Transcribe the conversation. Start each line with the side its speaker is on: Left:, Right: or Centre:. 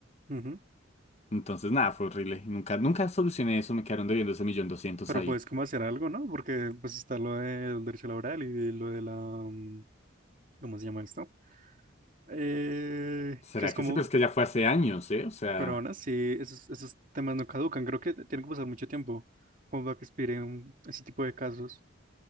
Right: ujú.
Left: Entonces, nada, fue horrible. Y Nunca, nunca solucioné eso, me quedaron debiendo ese millón doscientos
Right: Pero
Left: ahí.
Right: puedes como hacer algo, ¿no? Porque pues está lo del derecho laboral y lo de la... mm, ¿Cómo se llama esto? Eh,
Left: ¿Será
Right: que es como...
Left: que sí? Pero es que ya fue hace años, ¿eh? O sea,
Right: Pero aún así, esos, esos temas no caducan. Creo que tiene que pasar mucho tiempo como para que expiren ese tipo de casos.